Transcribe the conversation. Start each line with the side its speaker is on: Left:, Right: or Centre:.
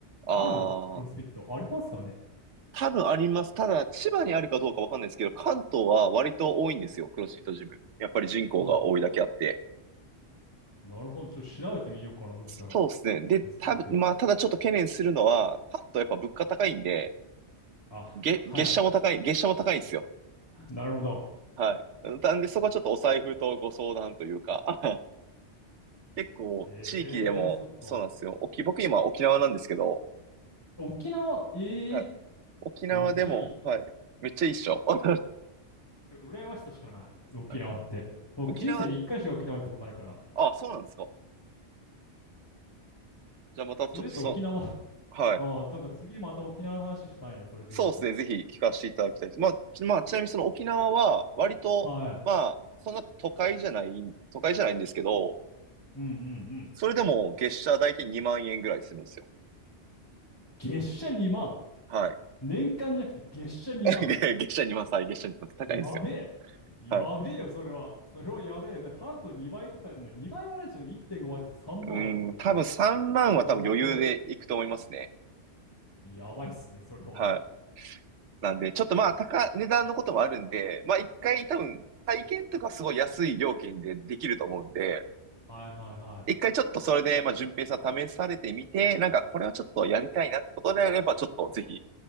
Right: あ、
Left: あるクロスフィットありますかね
Right: ああ、多分あります。ただ、千葉にあるかどうかわかんないですけど、関東は割と多いんですよ、クロスフィットジム。やっぱり人口が多いだけあって。
Left: あ、なるほど。ちょっと調べてみようかな。そしたら、
Right: そうですね。で、
Left: 早速。
Right: 多分、まあ、ただちょっと懸念するのは、関東やっぱ物価高いんで、
Left: あ、はい。
Right: 月、月謝も高い、月謝も高いんですよ。
Left: <laughs> なるほど。
Right: はい。なんで、そこはちょっとお財布とご相談というか、<laughs> 結構、
Left: えー、
Right: 地域でも、
Left: そっか。
Right: そうなんですよ。沖、僕今沖縄なんですけど、
Left: 沖縄、えー、
Right: はい。沖縄でも、
Left: めっちゃいい。
Right: はい。めっちゃいいっしょ。<laughs> は
Left: てか羨ましさしかない。沖縄って。
Right: い
Left: 僕、
Right: 沖縄、
Left: 人生に一回しか沖縄行ったことないから。
Right: あ、そうなんですか。じゃあまたちょっとそ、
Left: それで言うと沖縄、<laughs>
Right: はい。
Left: あー、なんか次また沖縄の話したいな。それで言うと。
Right: そうですね。ぜひ聞かせていただきたいです。まあ、ちまあ、ちなみにその沖縄は、割と、
Left: はい。
Right: まあ、そんな都会じゃない、都会じゃないんですけど、
Left: うんうんうん。
Right: それでも月謝大体2万円ぐらいするんですよ。
Left: 月謝2万。
Right: はい。
Left: 年間じゃなくて月謝2万。
Right: <laughs> 月謝2万歳、はい月謝2万って高いんですよ。
Left: やべえ。やべえよ、
Right: はい。
Left: それは。それはやべえ。だから関東2倍とか、まあ、2倍はないでしょ。1.5倍って3万はいくってことでしょ。
Right: うん、多分3万は多分余裕でいくと思いますね。
Left: それは。やばいっすね、それは。
Right: はい。なんで、ちょっとまあ、高、値段のこともあるんで、まあ一回多分、体験とかすごい安い料金でできると思うんで、
Left: はいはいは
Right: 一回ちょっとそれで、まあ、順平さん試されてみて、なんかこれはちょっとやりたいなってことであれば、ちょっとぜひ